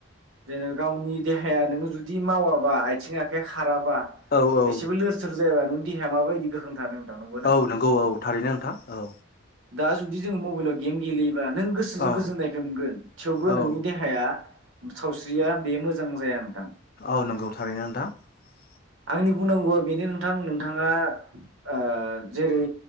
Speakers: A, on the right; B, on the left.
A: जेने गावनि देहाया नोङो जुदि मावाबा आथिं आखाइ खाराबा
B: औ औ
A: एसेबो लोर सोर जायाबा नों देहाया माबायदि गोख्रों थानो नोंथां नंगौना
B: औ नंगौ औ थारैनो नोंथां औ
A: दा जुदि जोङो मबाइलाव गेम गेलेयो नों गोसोजों
B: औ
A: गोजोन नायखो मोनगोन थेवबो
B: औ
A: नोंनि देहाया सावस्रिया बे मोजां जाया नोंथां
B: औ नंगौ थारैनो नोंथां
A: आंनि बुंनांगौआ बेनो नोंथां नोंथाङा ओ जेरै